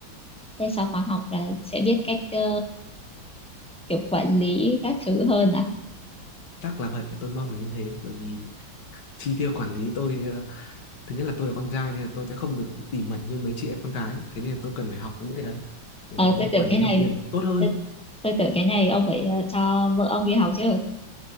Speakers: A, in the centre; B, on the left.
A: thế sau khóa học là sẽ biết cách ờ, kiểu quản lý các thứ hơn à
B: chắc là vậy tôi mong là như thế bởi vì chi tiêu quản lý tôi ờ, thứ nhất là tôi là con trai nên là tôi sẽ không được tỉ mẩn như mấy chị em con gái thế nên là tôi cần phải học những cái đấy để
A: ờ
B: mình có
A: tôi
B: thể
A: tưởng
B: quản
A: cái
B: lý
A: này
B: dòng tiền tốt hơn
A: tôi, tôi tưởng cái này ông phải ờ, cho vợ ông đi học chứ